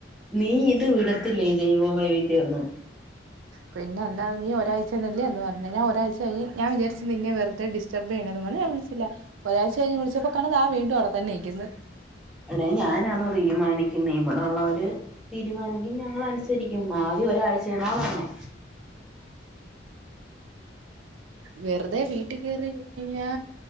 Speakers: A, in the centre; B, on the right.
A: നീ ഇത് വിടത്തില്ലേ ജൈവമായിൈ വി <unintelligible> ഒന്നും
B: പിന്നെ എന്താ നീ ഒരാഴ്ചന്നല്ലേ എന്ന് പറഞ്ഞ ഞാൻ ഒരാഴ്ച കഴിഞ് ഞാൻ വിചാരിച്ച് നിന്നെ വെറുതെ ഡിറ്റർബ് ചെയ്യണത വേ ഞാൻ വിളിച്ചില്ല ഒരാഴ്ച കഴിഞ്ഞ് വിളിച്ചപ്പകാണാ ദാ വീണ്ടും അവിടെത്തന്നെ നിക്കുന്ന്
A: എടെ ഞാനാന്ന തീരുമാനിക്കുന്ന ഇവിടെള്ളവര് തീരുമാനിക്കും ഞങ്ങൾ അനുസരിക്കും മാവി ഒരാഴ്ചേന്ന പറഞ്ഞെ
B: വെറുതെ വീട്ട കയറി്യാ